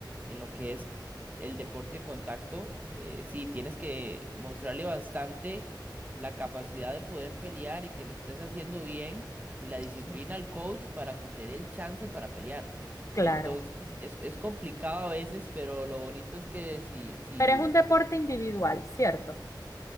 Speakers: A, on the right; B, on the left.
A: en lo que es el deporte de contacto, eh, sí, tienes que mostrarle bastante la capacidad de poder pelear y que lo estés haciendo bien y la disciplina
B: Sí,
A: al coach para que te dé el chance para pelear.
B: claro.
A: Entonces, es, es complicado a veces, pero lo bonito es que si, si
B: Pero es un deporte individual, ¿cierto?